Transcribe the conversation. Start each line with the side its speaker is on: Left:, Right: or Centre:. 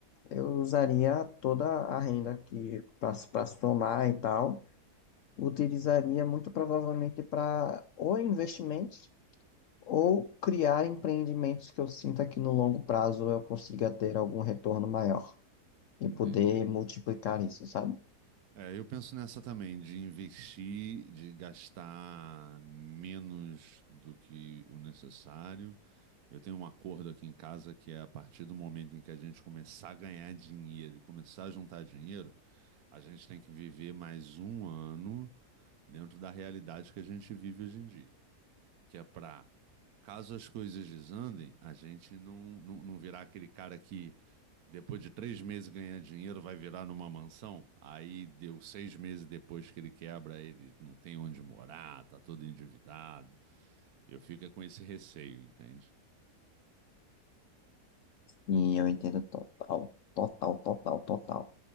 Left: eu usaria toda a renda que para somar e tal, utilizaria muito provavelmente para ou investimentos ou criar empreendimentos que eu sinta que no longo prazo eu consiga ter algum retorno maior e
Right: Entendi.
Left: poder multiplicar isso, sabe?
Right: É, eu penso nessa também, de investir, de gastar menos do que o necessário. Eu tenho um acordo aqui em casa que é a partir do momento em que a gente começar a ganhar dinheiro e começar a juntar dinheiro, a gente tem que viver mais um ano dentro da realidade que a gente vive hoje em dia, que é para, caso as coisas desandem, a gente não, não, não virar aquele cara que depois de três meses ganhando dinheiro, vai virar numa mansão. Aí deu seis meses depois que ele quebra, ele não tem onde morar, tá todo endividado. Eu fico é com esse receio, entende?
Left: E eu entendo total, total, total, total.